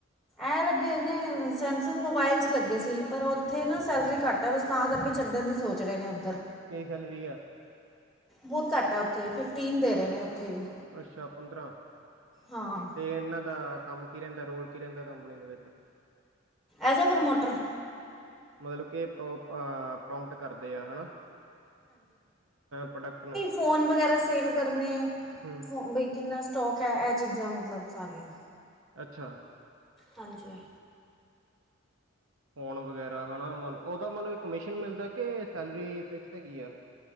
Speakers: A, in the centre; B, on the right.
A: ਇਹ ਲੱਗੇ ਇਹਨੇ ਸੈਮਸੰਗ ਮੋਬਾਇਲ ਚ ਲੱਗੇ ਸੀ ਪਰ ਉੱਥੇ ਨਾ ਸੈਲਰੀ ਘੱਟ ਹੈ ਬਸ ਤਾਂ ਕਰਕੇ ਛੱਡਣ ਦੀ ਸੋਚ ਰਹੇ ਨੇ ਉੱਧਰ
B: ਕਿ ਸੈਲਰੀ ਹੈ
A: ਬਹੁਤ ਘੱਟ ਹੈ, ਉੱਥੇ ਫਿਫਟੀਨ ਦੇ ਰਹੇ ਨੇ ਉੱਥੇ ਵੀ
B: ਅੱਛਾ ਪੰਦਰ੍ਹਾਂ
A: ਹਾਂ
B: ਤੇ ਇਹਨਾਂ ਦਾ ਕੰਮ ਕੀ ਰਹਿੰਦਾ ਰੋਲ ਕੀ ਰਹਿੰਦਾ ਕੰਪਨੀ ਦੇ ਵਿੱਚ
A: ਐਜ਼ ਅ ਪ੍ਰਮੋਟਰ
B: ਮਤਲਬ ਕਿ ਪ੍ਰੋ ਪ੍ਰੋਮਟ ਕਰਦੇ ਆ ਹੈ ਨਾ, ਪ੍ਰੋਡਕਟ ਨੂੰ
A: ਫੋਨ ਵਗੈਰਾ ਸੇਲ ਕਰਨੇ
B: ਹਮ
A: ਫੋ ਬਈ ਕਿੰਨਾ ਸਟੋਕ ਹੈ ਇਹ ਚੀਜ਼ਾਂ ਮਤਲਬ ਸਾਰੀਆਂ
B: ਅੱਛਾ
A: ਹਾਂਜੀ
B: ਫੋਨ ਵਗੈਰਾ ਹਨਾ, ਉਹਦਾ ਮਤਲਬ ਕਮਿਸ਼ਨ ਮਿਲਦਾ ਕਿ, ਸੈਲਰੀ ਫਿਕਸ ਹੈਗੀ ਆ।